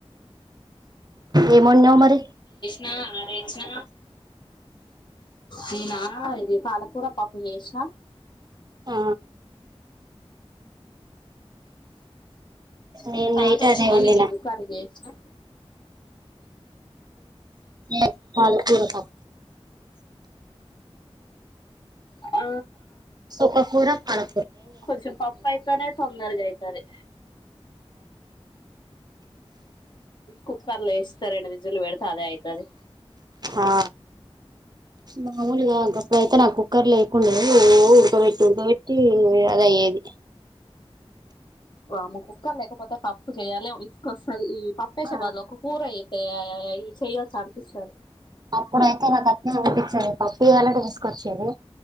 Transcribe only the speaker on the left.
నా రెచ్చిన నిన్న ఇది పాల కుర్ర పప్పు చేసిన
ఇంకా తాత
వచ్చినా
ఎగ్ కర్రీ చేసినా
ఆ
కొంచెం పప్పు అయితనే తొందరగా అయితే తది కుక్కర్లో వేస్తే రెండు విజిల్లు కడితే అదే అయితది
వామ్మో కుక్కర్ లేకపోతే పప్పు చేయ్యాలి ఇసుకొస్తంది ఈ పప్పేసే
బాదులో ఒక కూర అయిపోయా అ చెయొచ్చు అనిపిస్తాదీ